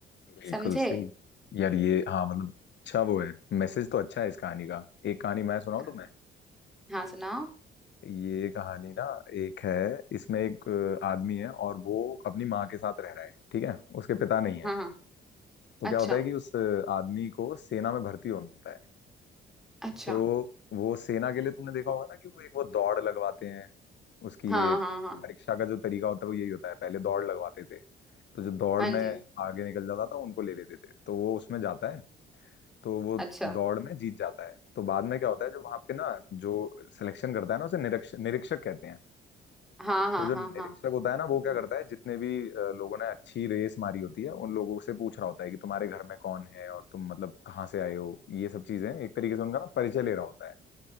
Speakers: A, on the left; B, in the centre.
A: बिल्कुल
B: समझे
A: सही यार ये हाँ मतलब अच्छा वो है मैसेज तो अच्छा है इस कहानी का एक कहानी मैं सुनाऊं
B: हाँ
A: तुम्हें
B: हाँ, सुनाओ
A: ये कहानी ना एक है इसमें एक अ, आदमी है और वो अपनी माँ के साथ रह रहा है ठीक है उसके पिता नहीं है
B: हाँ हाँ
A: तो
B: अच्छा
A: क्या होता है कि उस अ, आदमी को सेना में भर्ती होना होता है
B: अच्छा
A: तो वो सेना के लिए तुमने देखा होगा ना कि वो एक वो दौड़ लगवाते हैं उसकी
B: हाँ
A: ये
B: हाँ हाँ
A: परीक्षा का जो तरीका होता है वो यही होता है पहले दौड़ लगवाते थे तो जो दौड़
B: हाँ
A: में
B: जी
A: आगे निकल जाता था उनको ले लेते थे तो वो उसमें जाता है तो वो
B: अच्छा
A: दौड़ में जीत जाता है तो बाद में क्या होता है जो वहां पे ना जो सिलेक्शन करता है ना उसे निरीक्षक निरीक्षक कहते हैं
B: हाँ हाँ
A: तो जो
B: हाँ
A: निरीक्षक
B: हाँ
A: होता है ना वो क्या करता है जितने भी अ, लोगों ने अच्छी रेस मारी होती है उन लोगों से पूछ रहा होता है कि तुम्हारे घर में कौन है और तुम मतलब कहाँ से आए हो ये सब चीजें एक तरीके से उनका ना परिचय ले रहा होता है